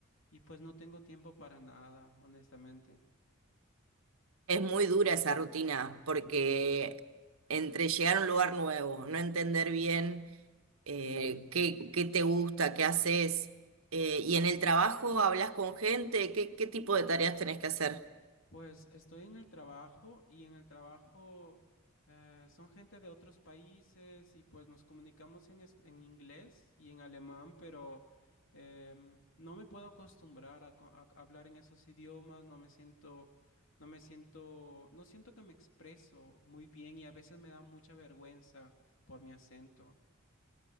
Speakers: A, on the left (about 65°); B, on the right (about 85°).
A: y pues no tengo tiempo para nada, honestamente.
B: Es muy dura esa rutina porque entre llegar a un lugar nuevo, no entender bien eh, qué, qué te gusta, qué haces, eh, y en el trabajo hablas con gente, qué, qué tipo de tareas tenés que hacer.
A: Pues estoy en el trabajo y en el trabajo eh, son gente de otros países y pues nos comunicamos en, es- en inglés y en alemán, pero em, no me puedo acostumbrar a, co- a hablar en esos idiomas, no me siento, no me siento, no siento que me expreso muy bien y a veces me da mucha vergüenza por mi acento.